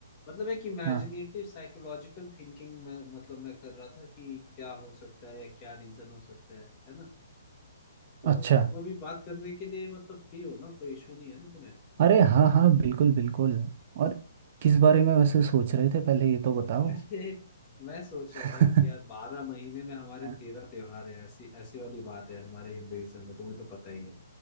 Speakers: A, on the left; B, on the right.
A: मतलब एक इमेजिनेटिव
B: हाँ
A: साइकोलॉजिकल थिंकिंग में मतलब मैं कर रहा था कि क्या हो सकता है या क्या रीजन हो सकता है है ना तो
B: अच्छा
A: तुम अभी बात करने के लिए मतलब फ्री हो ना कोई इशू नहीं है ना तुम्हें
B: अरे हाँ हाँ बिल्कुल बिल्कुल और किस बारे में वैसे सोच रहे थे पहले ये तो बताओ
A: अरे मैं सोच
B: <laughs>
A: रहा था कि यार बारह महीने में हमारे
B: हाँ
A: तेरह त्योहार है ऐसी ऐसी वाली बात है हमारे हिंदुइज्म में तुम्हें तो पता ही है